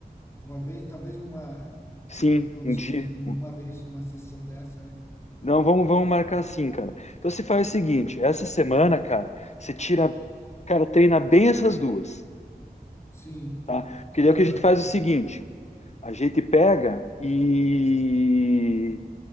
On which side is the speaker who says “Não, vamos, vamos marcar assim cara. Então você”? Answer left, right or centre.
Left